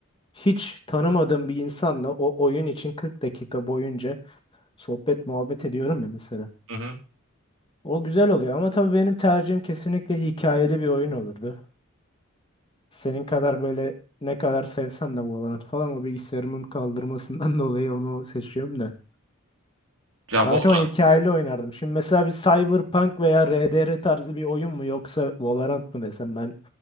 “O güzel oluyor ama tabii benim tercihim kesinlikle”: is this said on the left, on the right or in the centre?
Left